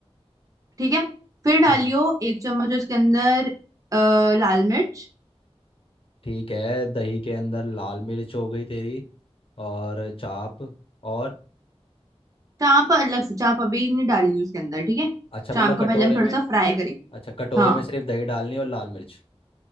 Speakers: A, on the right; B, on the left.
A: ठीक है फिर डालियो
B: हाँ
A: एक चम्मच उसके अंदर अ, लाल मिर्च
B: ठीक है दही के अंदर लाल मिर्च हो गई तेरी और चाप और
A: चाप अलग से चाप अभी नहीं डालनी उसके अंदर ठीक है
B: अच्छा
A: चाप
B: मतलब
A: को
B: कटोरे
A: पहले हम थोड़ा
B: में
A: सा फ्राई करेंगे
B: अच्छा कटोरे
A: हाँ
B: में सिर्फ दही डालनी और लाल मिर्च